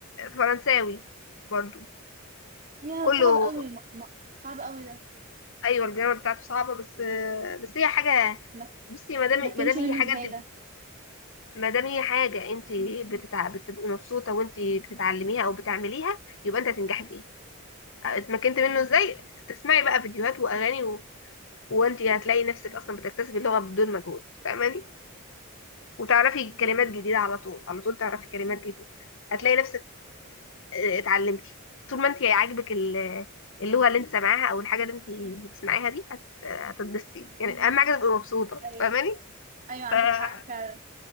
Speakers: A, on the left (about 65°); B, on the right (about 40°).
A: فرنساوي برضو
B: يا
A: كله
B: صعب قوي م... م... صعب قوي ده
A: ايوه الجرامر بتاعته صعبة بس بس هي حاجة
B: اتمك-
A: بصي ما دام
B: اتمكنتي
A: ما دام هي
B: منه
A: حاجة
B: ازاي
A: انت
B: ده
A: ما دام هي حاجة انت بتتع... بتبقي مبسوطة وانت بتتعلميها او بتعمليها يبقى انت هتنجحي فيها اتمكنت منه ازاي تسمعي بقى فيديوهات واغاني وانت هتلاقي نفسك اصلا بتكتسبي اللغه بدون مجهود فاهماني وتعرفي كلمات جديده على طول على طول تعرفي كلمات جديده هتلاقي نفسك آه، اتعلمتي طول ما انت عاجبك ال- اللغه اللي انت سامعاها او الحاجه اللي انت بتسمعيها دي هت- هتتبسطي يعني اهم حاجه تبقي مبسوطه
B: ايوه
A: فاهماني
B: ايوه عندك
A: فانا
B: حق فعلا